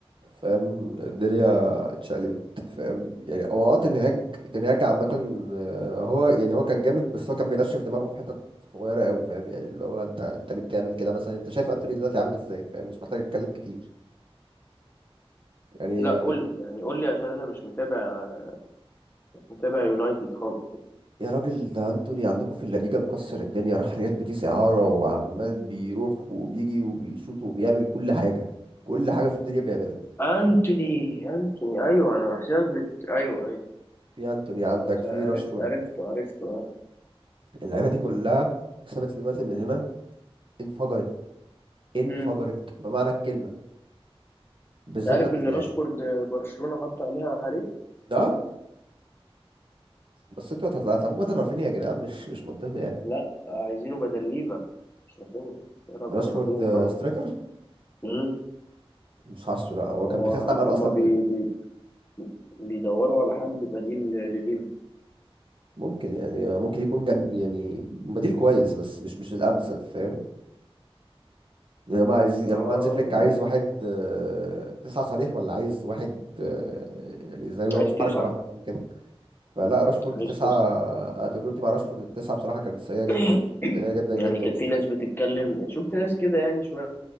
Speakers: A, on the right (about 55°); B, on the left (about 20°).
A: فاهم الدنيا اتشقلبت فاهم يعني هو اه تنهاج تنهاج عامة آه، هو يعني هو كان جامد بس هو كان بينشف دماغه في حتت صغيرة قوي فاهم يعني اللي هو انت انت ليه بتعمل كده مثلا انت شايف انتوني دلوقتي عامل ازاي فاهم مش محتاج اتكلم كتير يعني
B: لا قول لي يعني قول لي عشان انا مش متابع مش متابع يونايتد خالص
A: يا راجل ده انتوني عندكم في الليجا مكسر الدنيا راح ريال بيتيس اعاره وعمال بيروح وبيجي وبيشوط وبيعمل كل حاجه كل حاجه في الدنيا بيعملها
B: انتوني انتوني ايوه انا بحسابك بت... ايوه ايوه
A: في انتوني
B: بس
A: عندك
B: خلاص
A: في
B: عرفت
A: راشفورد
B: عرفته عرفته
A: اللعيبه
B: اه
A: دي كلها سابت اليونايتد من هنا انفجرت انفجرت
B: امم
A: بمعنى الكلمه بالذات
B: انت عارف
A: انتوني
B: ان راشفورد
A: يعني
B: برشلونة حط عينيها عليه
A: اه بس انتوا هتطلعوا هتلعبوا بدل رافينيا يا جدعان مش مش منطقي يعني
B: لا عايزينه بدل ليفا مش رافينيا شهرة
A: راشفورد
B: بدل رافينيا
A: آه،
B: طبعا
A: سترايكر
B: امم
A: مش حاسه لا هو
B: هو-
A: كان بيخاف معانا
B: هما
A: اصلا
B: بي
A: في
B: بي بيدوروا على حد بديل لليفا
A: ممكن يعني آه، ممكن يكون جم... يعني بديل كويس بس مش مش الامثل فاهم يعني هم عايزين يعني
B: آه،
A: هو هانز فليك
B: يعني
A: عايز واحد آه، تسعة صريح ولا عايز واحد آه، يعني زي اللي
B: عايز
A: هو بيتحرك
B: تسعة
A: براحته فاهم كده فلا راشفورد
B: عايز
A: تسعة
B: تسعة
A: أنا تجربتي مع راشفورد التسعة بصراحة كانت سيئة جدا
B: <coughs>
A: سيئة جدا جدا
B: يعني كانت
A: يعني
B: في ناس بتتكلم شفت ناس كده يعني شوية